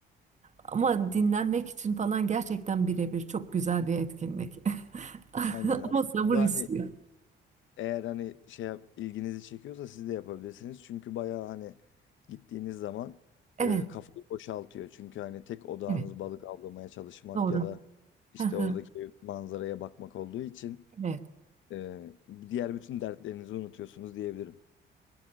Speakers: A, on the right; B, on the left.
A: Ama dinlenmek için falan gerçekten birebir çok güzel bir etkinlik. <laughs>
B: Aynen aslında
A: Ama sabır istiyor.
B: hani Eğer hani şey yap, ilginizi çekiyorsa siz de yapabilirsiniz. Çünkü bayağı hani gittiğiniz zaman
A: Evet,
B: e, kafayı boşaltıyor. Çünkü hani tek odağınız
A: evet.
B: balık avlamaya çalışmak
A: Doğru.
B: ya da
A: <laughs>
B: işte
A: Ha
B: oradaki
A: ha.
B: manzaraya bakmak olduğu için
A: Evet.
B: e, diğer bütün dertlerinizi unutuyorsunuz diyebilirim.